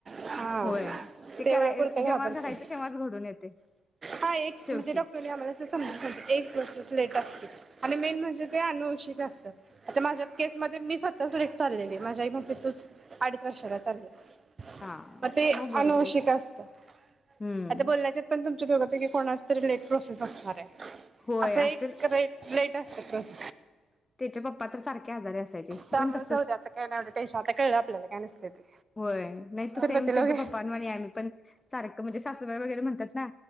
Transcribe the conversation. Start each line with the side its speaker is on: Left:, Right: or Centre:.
Right: हा
Left: होय ते कराय
Right: तेवढ्या पुरतं
Left: जेव्हा
Right: घाबरते
Left: घडयचं तेव्हाच घडून येते
Right: हा एक
Left: शेवटी.
Right: म्हणजे डॉक्टरने आम्हाला असं समजत नव्हतं एक प्रोसेस लेट आणि मेन म्हणजे ते अनुवंशिक असतं. आता माझे केस मध्ये मी स्वतः सिलेक्ट चाललेली माझी आई म्हणते तू अडीच वर्षांनी चाललेली
Left: हा
Right: आता हे
Left: मग बरोबर
Right: अनुवंशिक
Left: आहे की
Right: असतं
Left: हम्म
Right: आता बोलण्याचा पण सर्टिफिकेट कोणाच तरी लेट प्रोसेस असणार रे असं
Left: होय
Right: एक
Left: असेल
Right: रे-रेलेट कस कस
Left: त्याच्या पप्पा तर सारखे आजारे असायचे ते
Right: त्यामुळे
Left: पण तसच
Right: जाऊ दे आता काय नाही एवढं टेन्शन आता कळलं आपल्याला काय नसते ते.
Left: होय नाही तो सेम
Right: सुरवातीला
Left: त्यांच्या
Right: वगे
Left: पप्पा वाणी सारखं म्हणजे सासुबाई वगैरे म्हणतात ना